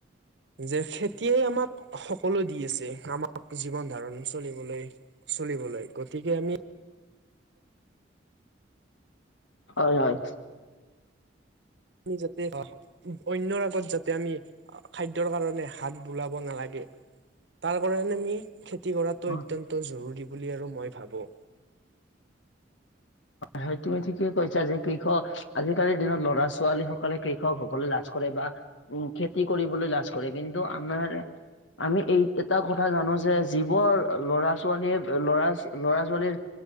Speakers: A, on the right; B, on the left.
A: যে খেতিয়ে আমাক সকলো দি আছে আমাক জীৱন ধাৰণ চলিবলৈ চলিবলৈ, গতিকে আমি
B: হয় হয়।
A: আমি যাতে অ অন্য আগত যাতে আমি খাদ্যৰ কাৰণে হাত বোলাব নালাগে। তাৰ কাৰণে আমি খেত- খেতি কৰাটো
B: হয়
A: অত্যন্ত জৰুৰী বুলি আৰু মই ভাবোঁ।
B: হয় সেইটোৱে ঠিকে কৈছা যে কৃষক আজি-কালিৰ দিনত ল'ৰা-ছোৱালী সকলে কৃষক হ'বলৈ লাজ কৰে বা উম খেত তি কৰিবলৈ লাজ কৰে। কিন্তু আমাৰ আমি এই এটা কথা জানো যে যিবোৰ ল'ৰা ছোৱালীয়ে ল'ৰা-ল'ৰা ছোৱালীৰ